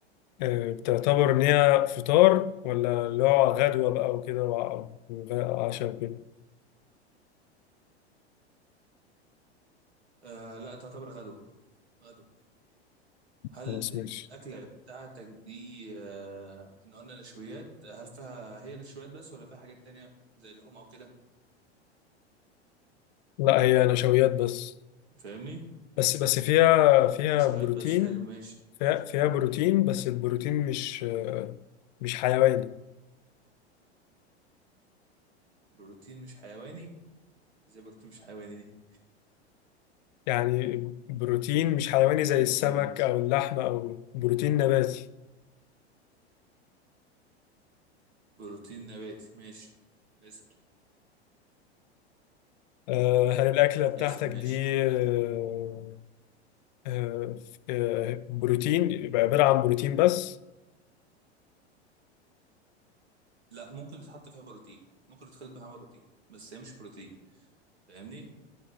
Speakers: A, on the left (about 40°); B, on the right (about 70°).
A: آه، بتعتبر ان هي فطار ولا اللي هو غدوه بقى وكده وع- وعشاء وكده
B: آه لا تعتبر غدوه غدوه هل
A: خلاص
B: الاكله
A: ماشي
B: بتاعتك دي آه ان قلنا نشويات هل فيها هي نشويات بس ولا فيها حاجات تانية زي لحوم او كده
A: لا هي نشويات بس
B: فاهمني
A: بس بس فيها فيها
B: نشويات
A: بروتين
B: بس حلو ماشي
A: فيها, فيها بروتين بس البروتين مش مش حيواني
B: بروتين مش حيواني ازاي بروتين مش حيواني دي
A: يعني بروتين مش حيواني
B: ماشي
A: زي السمك
B: ماشي
A: او اللحمة او بروتين نباتي
B: بروتين نباتي ماشي اسأل
A: آه، هل الأكلة بتاعتك
B: اسأل ماشي
A: دي آه، آه، آه، بروتين يبقى عبارة عن بروتين بس
B: لا ممكن يتحط فيها بروتين ممكن يتخلط بيها عمل بروتين بس هي مش بروتين فاهمني